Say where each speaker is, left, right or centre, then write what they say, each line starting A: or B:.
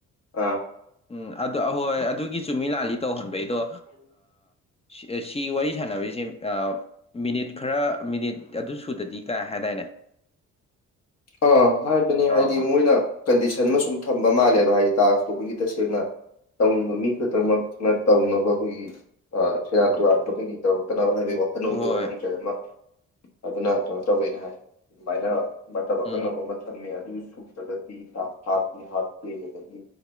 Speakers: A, on the left; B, on the left.
A: ꯑꯥ
B: ꯎꯝ ꯑꯗꯨ ꯑꯍꯣꯏ ꯑꯗꯨꯒꯤ ꯆꯨꯝꯃꯤ ꯂꯥꯜꯂꯤ ꯇꯧꯍꯟꯕꯩꯗꯣ ꯁꯤꯗ ꯁꯤ ꯋꯥꯔꯤ ꯁꯥꯟꯅꯕꯩꯁꯦ ꯑꯥ ꯃꯤꯅꯤꯠ ꯈꯔ ꯃꯤꯅꯤꯠ ꯑꯗꯨ ꯁꯨꯗꯗꯤ ꯀꯥꯏ ꯍꯥꯏꯗꯥꯏꯅꯦ
A: ꯑꯥ ꯍꯥꯏꯕꯅꯦ
B: ꯆꯥꯎꯔꯥꯛꯄ
A: ꯍꯥꯏꯗꯤ ꯃꯣꯏꯅ ꯀꯟꯗꯤꯁꯟ ꯑꯃ ꯁꯨꯝ ꯊꯝꯕ ꯃꯥꯜꯂꯦꯕ ꯍꯥꯏꯗꯤ ꯇꯥꯡꯁꯇꯣ ꯑꯩꯈꯣꯏꯗꯤ ꯇꯁꯦꯡꯅ ꯇꯧꯅꯤꯡꯕ ꯃꯤ ꯈꯛꯇꯃꯛꯅ ꯇꯧꯅꯕ ꯑꯩꯈꯣꯏꯒꯤ ꯑꯥ ꯁꯦꯔꯟ ꯇꯨꯔꯟꯕ ꯀꯩ ꯀꯩ ꯇꯧꯔꯛꯇꯅꯥꯕꯥ ꯍꯥꯏꯗꯤ ꯀꯣ ꯊꯅꯣꯏꯗꯨꯒ
B: ꯑꯃ ꯍꯣꯏ
A: ꯐꯪꯗ꯭ꯔꯦ ꯑꯃ ꯑꯗꯨꯅ ꯀꯩꯅꯣ ꯇꯧꯋꯦꯅ ꯍꯥꯏ ꯑꯗꯨꯃꯥꯏꯅ ꯐꯠꯇꯕꯀꯛꯅꯕ
B: ꯎꯝ
A: ꯑꯃ ꯊꯝꯃꯦ ꯑꯗꯨꯒꯤꯁꯨ ꯅꯠꯇ꯭ꯔꯒꯗꯤ ꯍꯥꯞꯄꯤꯄꯤ ꯍꯥꯞꯄꯤꯦ ꯑꯗꯒꯤ